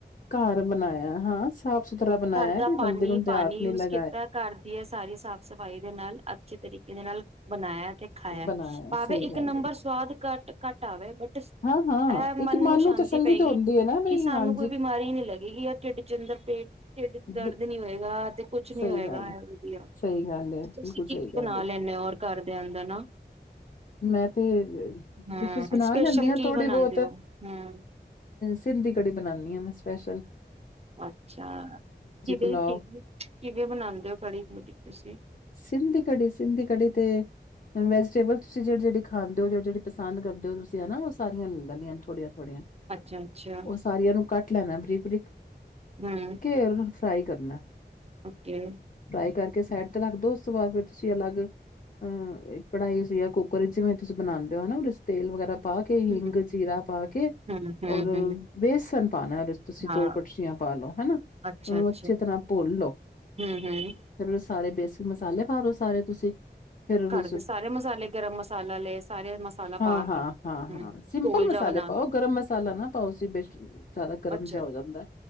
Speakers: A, on the left; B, on the right.
A: ਘਰ ਬਣਾਇਆ ਹਾਂ ਸਾਫ਼ ਸੁਥਰਾ ਬਣਾਇਆ
B: ਘਰ ਦਾ
A: ਕੋਈ
B: ਪਾਣੀ
A: ਗੰਦੇ ਗੁੰਦੇ
B: ਪਾਣੀ
A: ਹਥ ਨਹੀਂ
B: ਯੂਜ
A: ਲੱਗ
B: ਕੀਤਾ ਘਰ ਦੀ ਹੈ ਸਾਰੀ ਸਾਫ਼ ਸਫ਼ਾਈ ਦੇ ਨਾਲ ਅੱਛੇ ਤਰੀਕੇ ਦੇ ਨਾਲ ਬਣਾਇਆ ਤੇ ਖਾਇਆ
A: ਬਣਾਇਆ
B: ਭਾਵੇ
A: ਸਹੀ
B: ਇੱਕ
A: ਗੱਲ
B: ਨੰਬਰ
A: ਐ।
B: ਸਵਾਦ ਘੱਟ ਘੱਟ ਆਵੇ ਇਹ
A: ਹਾਂ-ਹਾਂ,
B: ਮਨ
A: ਇੱਕ
B: ਨੂੰ ਸ਼ਾਂਤੀ
A: ਤਸੱਲੀ
B: ਪਏਗੀ
A: ਤੇ ਹੁੰਦੀ ਐ ਨਾ ਬਈ
B: ਕਿ ਸਾਨੂੰ
A: ਹਾਂਜੀ
B: ਕੋਈ ਬਿਮਾਰੀ ਨਹੀਂੀ ਲੱਗੇਗੀ ਆ ਢਿੱਡ ਚਿੰਦਰ ਪੇਟ ਢਡ
A: ਬ-
B: ਦਰਦ ਨੀ ਹੋਏਗਾ ਤੇ
A: ਸਹੀ
B: ਨੀ ਹੋਏਗਾ
A: ਗੱਲ
B: ਵਧੀਆ।
A: ਸਹੀ ਗੱਲ ਹੈ ਬਿਲਕੁਲ
B: ਤੁਸੀਂ ਕੀ
A: ਸਹੀ
B: ਕੀ
A: ਗੱਲ
B: ਬਣਾ
A: ਹੈ
B: ਲੈਂਦੇ ਹੋ ਔਰ ਘਰ ਦੇ ਅੰਦਰ ਨਾ
A: ਮੈਂ ਤੇ
B: ਹਮ
A: ਡਿਸ਼ਿਿਸ ਬਣਾ
B: ਸਪੈਸ਼ਲ
A: ਲੈਂਦੀ ਹਾਂ
B: ਕੀ
A: ਥੋੜੀ
B: ਬਣਾਉਂਦੇ
A: ਬਹੁਤ ਅ
B: ਹੋ ਹਮ
A: ਸਿੰਧੀ ਕੜੀ ਬਣਾਾਨਦੀ ਹਾਂ ਮੈਂ ਅਸਲ
B: ਅੱਛਾ ਕਿਵੇ
A: ਪੁੁਲਾਓ
B: ਕਿਵੇ ਕਿਵੇਂ ਬਣਾਉਂਦੇ ਹੋ ਕੜੀ ਤੁਹਾਡੀ ਤੁਸੀਂ
A: ਸਿੰਧ ਦੀ ਕੜੀ ਸਿੰਧ ਦੀ ਕੜੀ ਤੇ ਵੈਜੀਟੇਬਲ ਤੁਸੀਂ ਜਿਹੜੀ ਜਿਹੜੇ ਖਾਂਦੇ ਹੋ ਜਹੜ ਪਸੰਦ ਕਰਦੇ ਹੋ ਤੁਸੀਂ ਹਨਾ ਉਹ ਸਾਰੀਆਂ ਲੈ ਲੈਂਦੀਆਂ ਥੋੜੀਆਂ ਥੋੜੀਆਂ
B: ਅੱਛਾ ਅੱਛਾ
A: ਉਹ ਸਾਰੀਆਂ ਨੂੰ ਕਟ ਲੈ ਨਾ ਬਰੀੀਕ ਬ੍ਰੀਕ
B: ਹਮ
A: ਫ ਉਹ ਫਰਾਈ ਕਰਨਾ
B: ਓਕੇ
A: ਫਰਾਈ ਕਰਕੇ ਸਾਈਡ ਤੇ ਰੱਖ ਦਿੋ ਉਸ ਤੋਂ ਬਾਅਦ ਫਿਰ ਤੁਸੀਂ ਅਲੱਗ ਅਹ ਕੜ੍ਹਾਈ ਸੀ ਕੁਕਰ ਜਿਵੇਂ ਤੁਸੀਂ ਬਣਾਉਂਦੇ ਹੋਾ ਉਹ ਤੇਲ ਵਗੈਰਾ ਪਾ ਕੇ
B: ਹਮ
A: ਹਿੰਗ ਜੀਰਾ ਪਾ ਕੇ
B: ਹਮ ਹਮ
A: ਔਰ
B: ਹਮ
A: ਬੇਸਨ ਪਾਣਾ ਉਹਦੇ ਤੁਸੀਂ
B: ਹਾਂ
A: ਦੋ ਕੜਛੀਆਂ ਪਾ ਲਓ ਹਨਾ
B: ਅੱਛਾ
A: ਉਹਨੂੰ
B: ਅੱਛਾ
A: ਅੱਛੇ ਤਰ੍ਹਾਂ ਭੁੱਲ ਲੋਓ
B: ਹਮ ਹਮ
A: ਫਿਰ ਸਾਰੇ ਬੇਸਿਕ ਮਸਾਲੇ ਪਾ ਲੋ ਸਾਰੇ ਤੁਸੀਂ ਫੇਿਰ ਉਹਦੇ
B: ਘਰ ਦੇ ਸਾਰੇ ਮਸਾਲੇ ਗਰਮ ਮਸਾਲਾ ਲਏ ਸਾਰੇ ਮਸਾਲਾ
A: ਹਾਂ
B: ਪਾ
A: ਹਾਂ
B: ਕੇ
A: ਹਾਂ
B: ਹਮ
A: ਹਾਂ ਸਿੰਪਲ
B: ਘੋਲ
A: ਮਸਾਲੇ
B: ਜਾ ਬਣਾ
A: ਪਾਓ
B: ਕੇ
A: ਗਰਮ ਮਸਾਲਾ ਨਾ ਪਾਓ ਸੀ ਬੇਸ਼ ਜ਼ਿਆਦਾ ਗਰਮ
B: ਅੱਛਾ
A: ਜਿਹਾ ਹੋ ਜਾਂਦਾ